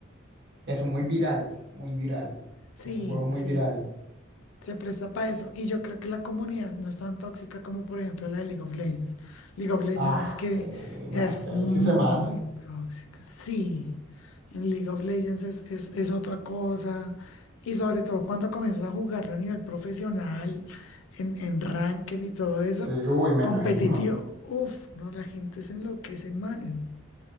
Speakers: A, on the right; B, on the left.
A: Eso, muy viral, muy viral.
B: Sí,
A: Es un juego muy
B: sí,
A: viral.
B: Se presta para eso. Y yo creo que la comunidad no es tan tóxica como, por ejemplo, la de League of Legends. League of Legends
A: Ah,
B: es que
A: sí, no,
B: es
A: es que
B: muy
A: ahí sí se matan.
B: tóxica. Sí, en League of Legends es, es, es otra cosa. Y sobre todo cuando comienzas a jugarlo a nivel profesional, en, en ranked y todo eso,
A: Sí, uy, me
B: competitivo,
A: imagino.
B: uff, no, la gente se enloquece mal.